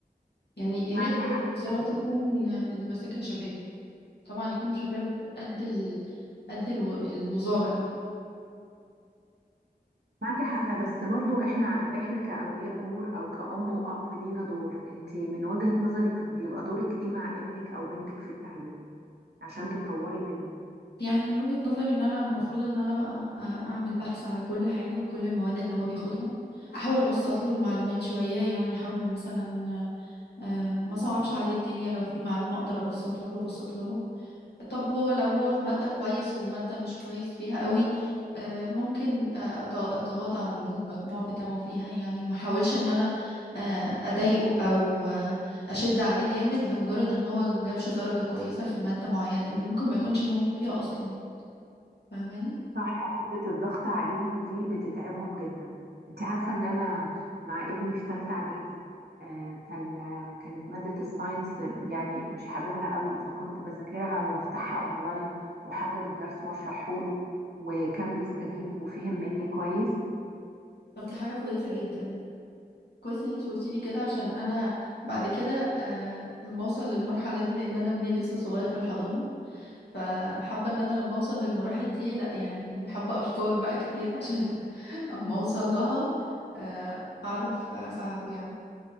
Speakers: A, on the left; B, on the right.
A: يعني يا
B: معك
A: ريت
B: حق
A: كل الوزارات
B: فعلا.
A: يكون اللي ماسكها شباب طبعا يكون شباب قد ال... قد الو- الوزارة يعني
B: معك حق بس برضو احنا احنا كأولياء امور او كأم وأب لينا دور انت من وجهة نظرك بيبقى دورك ايه مع ابنك او بنتك في التعليم عشان تطوري منه
A: يعني من وجهة نظري ان انا المفروض ان انا بقى اعمل بحث على كل حاجة وكل المواد اللي هو بياخدها احاول ابسط له المعلومات شوية يعني احاول مثلا آه، ما صعبش عليه الدنيا لو في معلومة اقدر ابسطها له ابسطها له طب هو لو هو في مادة كويس ومادة مش كويس فيها قوي آه، ممكن آه، أت- اتغاضى عن المجموع بتاعه فيها يعني ما احاولش ان انا آه، اضايقه او آه، اشد عليه جامد لمجرد ان هو ما جابش درجة كويسة في مادة معينة لان ممكن ما يكونش موهوب فيها اصلا فاهماني
B: صح حتة الضغط عليهم دي بتتعبهم جدا انت عارفة ان انا مع ابني في تالتة اعدادي آه كان آه، كانت مادة الساينس يعني مش حاببها قوي فكنت بذاكرها وافتحها اونلاين واحضر الدرس واشرحه له وكان بيستجيب وفهم مني كويس
A: طب دي حاجة كويسة جدا كويس ان انت قلتي لي كده عشان انا بعد كده آه لما اوصل للمرحلة دي لان انا ابني لسه صغير في الحضانة فحابة ان انا لما اوصل للمراحل دي لا يعني حابة افكار بقى كتير عشان <laughs> اما اوصل لها آه اعرف اساعده يعني